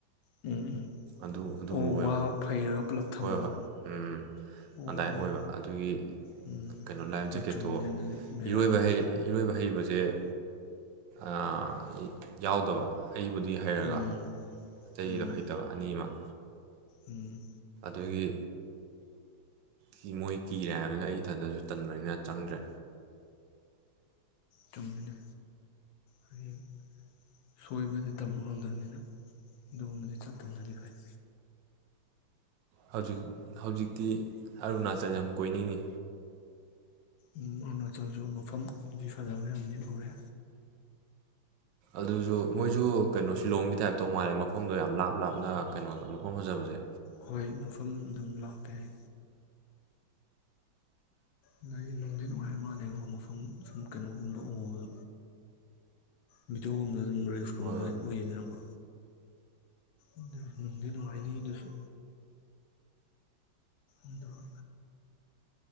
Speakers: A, on the left; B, on the right.
A: ꯎꯝ ꯎꯝ
B: ꯑꯗꯨ ꯑꯗꯨꯒꯨꯝꯕ
A: ꯑꯣ
B: ꯑꯣꯏꯕ
A: ꯋꯥ ꯐꯩꯔꯒ ꯄꯨꯜꯂꯞ ꯊꯝꯕꯗꯣ
B: ꯍꯣꯏ ꯍꯣꯏ ꯎꯝ
A: ꯑꯣ
B: ꯑꯗꯥꯏꯅ ꯑꯣꯏꯕ ꯑꯗꯨꯒꯤ
A: ꯎꯝ
B: ꯀꯩꯅꯣ ꯂꯥꯏꯐ
A: ꯍꯣꯏ
B: ꯖꯦꯀꯦꯠꯇꯣ
A: ꯆꯨꯝꯃꯤꯅꯦ ꯑꯗꯨꯗꯤ ꯕꯦꯔꯥꯅꯤꯅꯦ
B: ꯏꯔꯣꯏꯕ ꯍꯩ ꯏꯔꯣꯏꯕ ꯍꯩꯕꯖꯦ ꯖꯦ ꯑꯥ ꯌꯥꯎꯗꯕ ꯑꯩꯕꯨꯗꯤ ꯍꯩꯔꯒ
A: ꯎꯝ
B: ꯑꯇꯩꯗꯣ
A: ꯎꯝ
B: ꯍꯩꯇꯕ ꯑꯅꯤꯃꯛ
A: ꯎꯝ
B: ꯑꯗꯨꯒꯤ ꯀꯤ ꯃꯣꯏ ꯀꯤꯔꯦ ꯍꯥꯏꯕꯅꯤꯅ ꯑꯩ ꯏꯊꯟꯇꯁꯨ ꯇꯟꯕꯅꯤꯅ ꯆꯪꯗ꯭ꯔꯦ
A: ꯆꯨꯝꯃꯤꯅꯦ ꯍꯌꯦꯡ ꯁꯣꯏꯕꯗꯤ ꯇꯝꯕ ꯉꯝꯗꯕꯅꯤꯅ ꯑꯗꯨꯒꯨꯝꯕꯗꯤ ꯆꯠꯇꯝꯅꯗꯤ ꯐꯩ
B: ꯍꯧꯖꯤꯛ ꯍꯧꯖꯤꯛꯇꯤ ꯑꯔꯨꯅꯥꯆꯜ ꯌꯥꯝ ꯀꯣꯏꯅꯤꯡꯉꯤ
A: ꯎꯝ ꯑꯔꯨꯅꯥꯆꯜꯁꯖꯨ ꯃꯐꯝ ꯗꯤ ꯐꯖꯕ ꯌꯥꯝꯗꯤ ꯎꯔꯦ
B: ꯑꯗꯨꯖꯨ ꯃꯣꯏꯖꯨ ꯀꯩꯅꯣ ꯁꯤꯂꯣꯡꯒꯤ ꯇꯥꯏꯞꯇꯧ ꯃꯥꯜꯂꯦ ꯃꯐꯝꯗꯣ ꯌꯥꯝ ꯂꯥꯞ ꯂꯥꯞꯅ ꯀꯩꯅꯣꯗꯣ ꯃꯐꯝ ꯐꯖꯕꯖꯦ
A: ꯍꯣꯏ ꯃꯐꯝ ꯑꯗꯨꯝ ꯂꯥꯞꯄꯦ ꯍꯥꯏ ꯑꯗꯒꯤ ꯅꯨꯡꯗꯤ ꯅꯨꯡꯉꯥꯏ ꯃꯥꯜꯂꯦꯀꯣ ꯃꯐꯝ ꯁꯨꯝ ꯀꯩꯅꯣꯒꯨꯝꯕ ꯎꯕꯗꯣ ꯚꯤꯗꯤꯌꯣꯒꯨꯝ ꯑꯗꯨꯝ ꯔꯤꯜꯁꯀꯨꯝꯕꯗꯗꯤ
B: ꯍꯣꯏ ꯍꯣꯏ
A: ꯎꯏꯌꯦꯗꯅꯀꯣ ꯑꯗꯨꯕꯨ ꯅꯨꯡꯗꯤ ꯅꯨꯡꯉꯥꯏꯅꯤ ꯑꯗꯨꯁꯨ ꯑꯗꯨꯒ